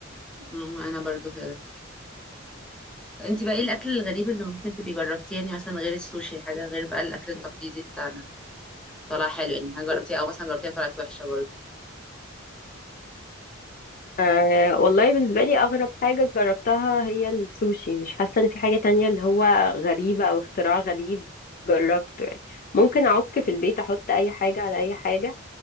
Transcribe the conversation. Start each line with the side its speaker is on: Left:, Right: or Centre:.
Centre: مم، انا برضو كده طب انت بقى ايه الاكل الغريب اللي ممكن تبقي جربتيه يعني مثلا غير السوشي حاجه غير بقى الاكل التقليدي بتاعنا طلع حلو يعني حاجه جربتيها او مثلا جربتيها طلعت وحشه برضو
Left: أه والله بالنسبه لي اغرب حاجه جربتها هي السوشي مش حاسه ان في حاجه تانية اللي هو غريبه او اختراع غريب جربته يعني ممكن اعك في البيت احط اي حاجه على اي حاجه